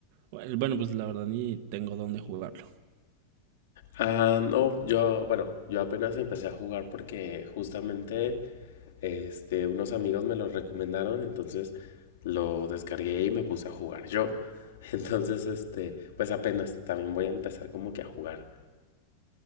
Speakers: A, on the right; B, on the left.
A: Bueno, bueno, pues la verdad ni tengo dónde jugarlo.
B: Ah, no, yo, bueno, yo apenas empecé a jugar porque justamente, este, unos amigos me lo recomendaron, entonces lo descargué y me puse a jugar yo. <laughs> Entonces, este, pues apenas, también voy a empezar como que a jugar.